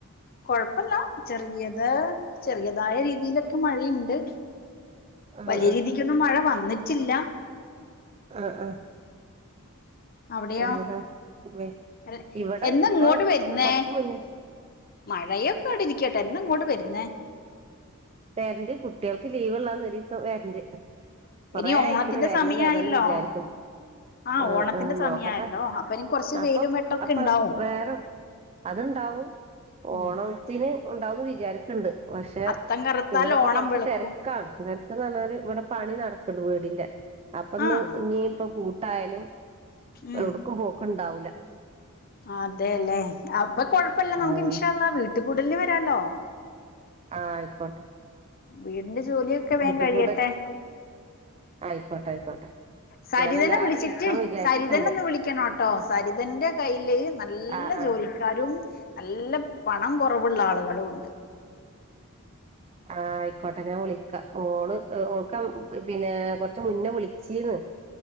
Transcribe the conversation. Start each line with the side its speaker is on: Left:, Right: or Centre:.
Left: കൊഴപ്പല്ല ചെറിയത്. ചെറിയതായ രീതിയിലൊക്കെ മഴയുണ്ട്
Right: ആ
Left: വലിയ രീതിക്കൊന്നും മഴ വന്നി ട്ടില്ല.
Right: ആ ആ
Left: അവിടെയോ
Right: ആ ആ
Left: അല്ല
Right: ഇവിടെ
Left: എന്നാ ഇങ്ങോട്ട്
Right: പ്പൊ
Left: വരുന്നേ
Right: കൊറച് മുന്നേ
Left: മഴയൊക്കെ ടിരിക്കട്ടെ എന്നാങ്ങോട്ട് വരുന്നേ?
Right: വെരന്റ് കുട്ടികൾക്ക് ലീവ്ള്ളനന്നൊരീസം വെരന്റ്. കൊറെ
Left: ഇനി ഓണത്തിന്റെ
Right: ആയിക്കണ് വരണം
Left: സമയായല്ലോ
Right: വരണെന്ന് വിചാരിക്കണ.
Left: ആഹ്
Right: ആ
Left: ഓണത്തിന്റെ
Right: ആ
Left: സമയായല്ലോ
Right: നോക്കട്ടെ
Left: അപ്പൊ ഇനി കൊറച്ച്
Right: അപ്പൊ
Left: വെയിലും വെട്ടൊക്കെ
Right: അപ്പൊ
Left: ഇണ്ടാവും
Right: വേറെ അത്ണ്ടാവും ഓണത്തിന്
Left: ഉം
Right: ഉണ്ടാവന്ന് വിചാരിക്കണ്ട്. പക്ഷെ
Left: അത്തം കറുത്താൽ
Right: ഇവിടെപ്പ
Left: ഓണം
Right: കുറച്ച്
Left: വെളുക്കും
Right: തിരക്കാണ് ഇവര്ക്ക്ന്ന് പറഞ്ഞാല് ഇവിടെ പണി നട വീടിന്റെ അപ്പൊ ന്ന്
Left: ആഹ്
Right: ഇനി ഇപ്പ പൂട്ടായാലും
Left: ഉം
Right: എവിടുക്കും പോക്ക് ഇണ്ടാവ-
Left: അതെല്ലേ അപ്പൊ കൊഴപ്പമില്ല നമുക്ക്
Right: ആഹ്
Left: ഇൻഷള്ള വീട്ട കൂടലിന് വരാലോ
Right: ആഹ ആയിക്കോട്ടെ
Left: വീടിന്റെ ജോലിയൊക്കെ
Right: വീട്ട്
Left: വേൻ കഴിയട്ടെ
Right: കൂടെ ആയിക്കോട്ടെ ആയിക്കോട്ടെ
Left: സരിതനെ
Right: ഞാൻ എല്ലാരും
Left: വിളിച്ചിട്ട്
Right: വിളിക്കാൻ വിചാരിച്ചിട്ടുണ്ട്
Left: സരിതന ഒന്ന് വിളിക്കണോട്ടോ സരിതന്റെ കയ്യില് നല്ല-
Right: ആഹ് ആഹ്
Left: ജോലിക്കാരും നല്ല പണം കുറവുള്ള ആളുകളും ഉണ്ട്
Right: ആ ആയിക്കോട്ടെ ഞാൻ വിളിക്ക ഓള് ഓൾക്ക- പിന്നെ കൊറച്ച് മുന്നേ വിളിച്ചീന്ന്